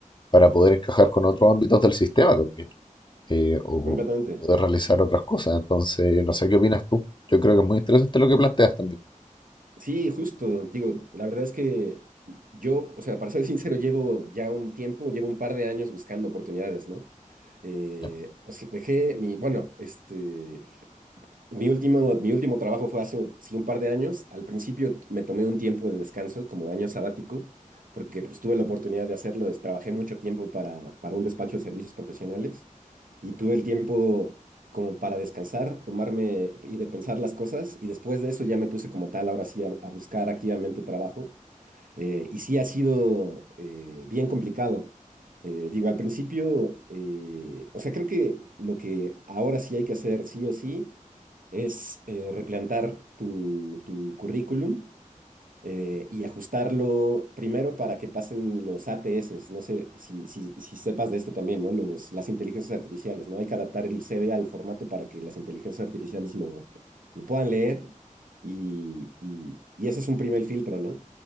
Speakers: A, on the left; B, on the right.
A: para poder encajar con otros ámbitos del sistema también, eh, o,
B: completamente.
A: o poder realizar otras cosas, entonces, no sé qué opinas tú, yo creo que es muy interesante lo que planteas también.
B: Sí, justo. Digo, la verdad es que yo, o sea, para ser <laughs> sincero, llevo ya un tiempo, llevo un par de años buscando oportunidades, ¿no? Eh,
A: Ya,
B: o sea, dejé mi, bueno, este, mi último, mi último trabajo fue hace sí, un par de años. Al principio me tomé un tiempo de descanso, como año sabático, porque pues, tuve la oportunidad de hacerlo. es- Trabajé mucho tiempo para, para un despacho de servicios profesionales y tuve el tiempo como para descansar, tomarme y de pensar las cosas. Y después de eso ya me puse como tal, ahora sí, a, a buscar activamente trabajo. Eh, y sí ha sido eh, bien complicado. Eh, digo, al principio, eh, o sea, creo que lo que ahora sí hay que hacer sí o sí es eh, replantar tu, tu currículum eh, y ajustarlo primero para que pasen los ATS. No sé si, si, si sepas de esto también, ¿no? Los, las inteligencias artificiales, ¿no? Hay que adaptar el CV al formato para que las inteligencias artificiales lo, lo puedan leer y, y, y ese es un primer filtro, ¿no?